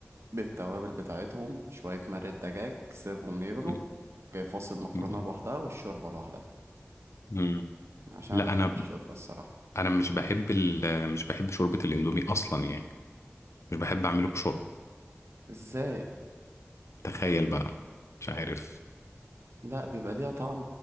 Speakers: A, on the right; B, on the left.
A: بالتوابل بتاعتهم شوية مرق دجاج سيبهم يغلوا
B: م-
A: جاي فاصل المكرونة
B: م-
A: لوحدها والشوربة لوحدها
B: م.
A: عشان
B: لا
A: أنا بحب
B: انا
A: الشوربة الصراحة
B: انا مش بحب ال... مش بحب شوربة الاندومي اصلا يعني مش بحب اعمله بشوربة
A: إزاي؟
B: تخيل بقى مش عارف
A: لا بيبقى ليها طعم